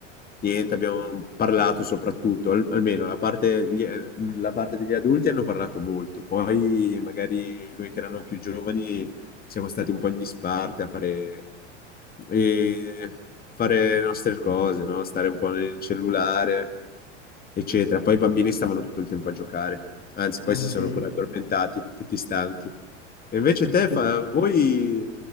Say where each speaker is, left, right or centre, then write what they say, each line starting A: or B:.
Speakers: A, on the left; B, on the left.
A: niente, abbiamo parlato soprattutto, al- almeno la parte, gli- la parte degli adulti hanno parlato molto, poi magari noi che erano più giovani siamo stati un po' in disparte a fare, e fare le nostre cose, no? Stare un po' nel cellulare, eccetera. Poi i bambini stavano tutto il tempo a giocare, anzi,
B: Ah,
A: poi si sono
B: sì.
A: pure addormentati, tutti stanchi. E invece
B: <laughs>
A: te, fa- voi